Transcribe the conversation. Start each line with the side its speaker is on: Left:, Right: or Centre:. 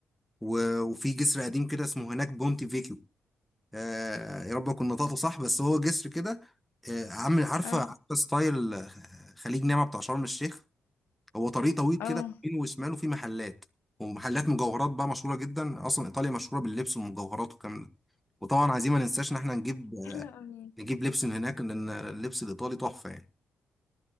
Centre: و- وفي جسر قديم كده اسمه هناك بونتي فيكيو آه يا رب أكون نطقته صح بس هو جسر كده آه عامل عارفة
Left: اه
Centre: عارفة ستايل آه، خليج نعمة بتاع شرم الشيخ هو طريق طويل كده
Left: اه
Centre: يمين وشماله في محلات ومحلات مجوهرات بقى مشهوره جدا اصلا ايطاليا مشهوره باللبس والمجوهرات والكلام ده وطبعا عايزين ما ننساش ان احنا نجيب
Left: حلو قوي
Centre: نجيب لبس من هناك لان اللبس الايطالي تحفه يعني